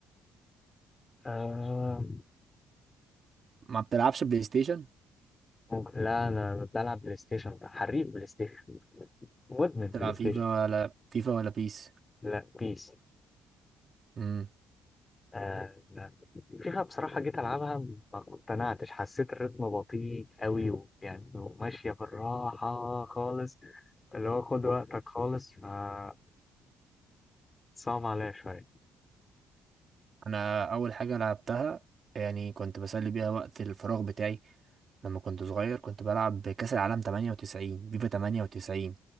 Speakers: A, on the left; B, on the right.
A: آه،
B: ما بتلعبش بلاي ستيشن
A: ممكن لا انا بلعب بلاي ستيشن حريف بلاي ستيشن مدمن بلاي
B: بتلعب
A: ستيشن
B: فيفا ولا فيفا ولا بيس
A: لا بيس
B: امم
A: آه فيفا بصراحة جيت ألعبها ما اقتنعتش حسيت الريتم بطيء قوي و- يعني وماشية بالراحة خالص اللي هو خد وقتك خالص فصعب عليا شوية
B: انا اول حاجه لعبتها يعني كنت بسلي بيها وقت الفراغ بتاعي لما كنت صغير كنت بلعب كاس العالم 98 فيفا 98